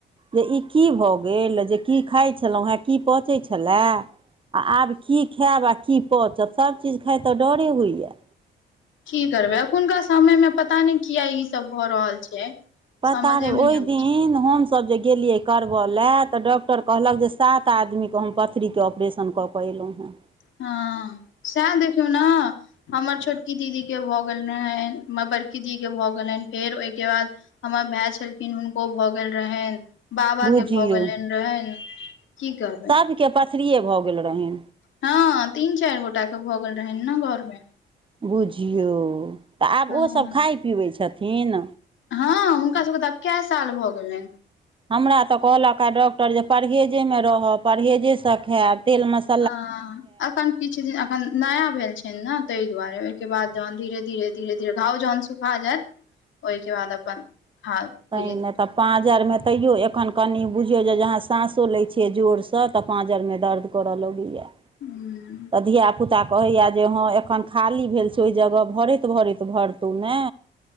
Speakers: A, on the right; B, on the left.
A: जे ई की भ गेल जे की खाइ छलहुँ हें की पचै छला आ आब की खायब आ की पचत सब चीज खाइत त डरे होइय
B: की करबै अखुनका समय मे पता नइ किया ई सब भ रहल छै
A: पता
B: समझेमे
A: नइ ओइ
B: नहि अबै
A: दिन
B: छै
A: हम सब गेलियै करब लए त‌डॉक्टर कहलक जे सात आदमीे के हम पथरी के ऑपरेशन क कैलहुँ ह
B: हँ सेह देखियौ न हमर छोटकी दीदीे भऽ गेल रहैन बड़की दीदीे भऽ् गेलनि फेर ओइके बाद हमर भाय छलखिन हुनको भ गेल रहैन बाबा
A: बुझियौ
B: के भऽ गेलनि रहैन की करबै
A: सब के पथरिये भ गेल रहनि
B: हँ तीन चारि गोटा के भगेल रहैन न घर मे
A: बुझियौ त आब
B: हँ
A: ओसब खाइ पिबै छथिन
B: हँ हुनका सबके त आब कै साल भ गेलनि
A: हमरा तकहलक ह डॉक्टर जे परहेजेमे रहब परहेजेसे खायब तेल मस
B: हं एखन किछु दिन एखन नया भेल छनि ने तइ दुआरे ओइके बाद जहन धीरे धीरे धीरे धीरे घाव जहन सुखा जायत ओइके बाद अपन खाउ धीरे
A: तैं
B: धीरे
A: नय त पांजरिमे तैयो एखन कनि बुझियौ जे जहाँ साँसो लै छियै जोरसँ त पाँजरमे दर्द कर लगैयए
B: हू
A: तऽ धिय पुता कहैय जे हँ एखन खाली भेल छै ओ जगह भरैत भरैत भरतहुँ ने